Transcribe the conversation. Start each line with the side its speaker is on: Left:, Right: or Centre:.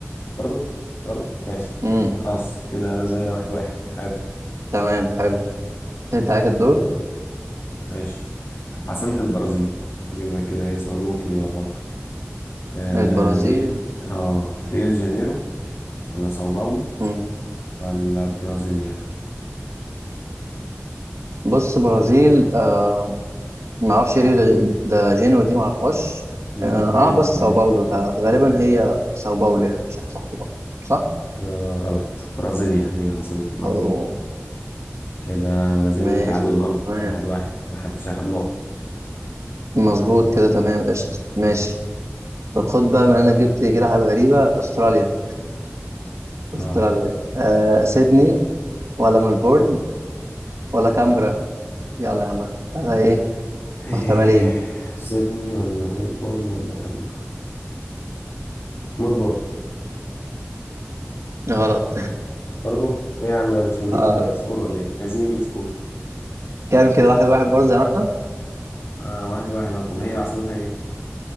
Left: برضو غلط ماشي
Right: مم.
Left: خلاص كده ما زلنا واحد واحد تعادل
Right: تمام حلو انت عليك الدور
Left: ماشي عاصمة البرازيل هجيب لك كده ايه سؤال ممكن يلخبطك آه
Right: البرازيل
Left: ري... اه ريو دي جانيرو ولا ساو باولو
Right: مم.
Left: ولا برازيليا
Right: بص برازيل آه ما اعرفش ايه ريو ده, ده جينيرو دي ما اعرفهاش
Left: مم.
Right: اه
Left: ريو
Right: آه، بس
Left: دي جانيرو
Right: ساو باولو
Left: مم.
Right: فغالبا هي ساو باولو يعني مش عارف صح ولا غلط. صح؟
Left: آه غلط برازيليا هي عاصمة البرازيل
Right: أوه.
Left: كده ما زلنا
Right: ماشي
Left: تعادل برضو
Right: تمام
Left: واحد واحد ما حدش أخد نقط
Right: مظبوط كده تمام قشطة
Left: مم.
Right: ماشي طب خد بقى من انا جبت كده حاجات غريبة استراليا استراليا
Left: اه
Right: آه سيدني ولا ملبورن ولا كامبرا يلا يا عم ثلاثة ايه
Left: إيه،
Right: محتملين
Left: سيدني ولا ملبورن ولا كامبرا ملبورن
Right: غلط
Left: برضو ايه يا عم ده مش هنجيب
Right: <laughs> اه
Left: سكور ولا ايه عايزين نجيب سكور
Right: كام كده واحد واحد برضه زي ما احنا
Left: آه واحد واحد اه طب هي عاصمتها ايه